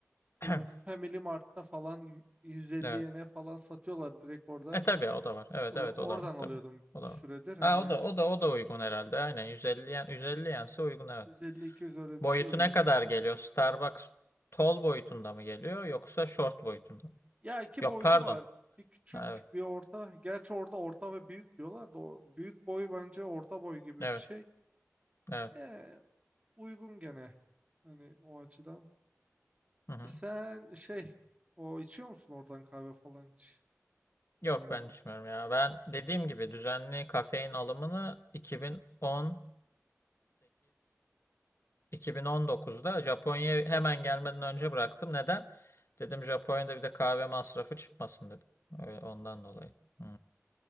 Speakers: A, on the left; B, on the right.
A: <clears throat>
B: e, Family Mart'ta falan y- 150
A: Evet.
B: yene falan satıyorlar direkt orada.
A: E tabii o da var. Evet
B: E, oradan
A: evet o da var
B: alıyordum
A: tabii. O da
B: bir süredir
A: var.
B: hani
A: Ha o da o da o da uygun herhalde. Aynen 150 yen 150 yense uygun evet.
B: 150-200 öyle
A: Boyutu
B: bir şeydi
A: ne
B: yani.
A: kadar geliyor? Starbucks tall boyutunda mı geliyor yoksa short boyutunda mı?
B: Ya iki
A: Yok
B: boyutu
A: pardon.
B: var. Bir küçük
A: Ha, Evet.
B: bir orta. Gerçi orada orta ve büyük diyorlar da o büyük boyu bence orta boy gibi
A: Evet.
B: bir şey.
A: Evet.
B: E, uygun gene. Hani o açıdan.
A: Hı hı.
B: E sen şey o içiyor musun oradan kahve falan hiç?
A: Yok
B: Yani
A: ben
B: o
A: düşünmüyorum ya. Ben dediğim gibi düzenli kafein alımını 2018 2019'da Japonya'ya hemen gelmeden önce bıraktım. Neden? Dedim Japonya'da bir de kahve masrafı çıkmasın dedim. Öyle, ondan dolayı. Hı.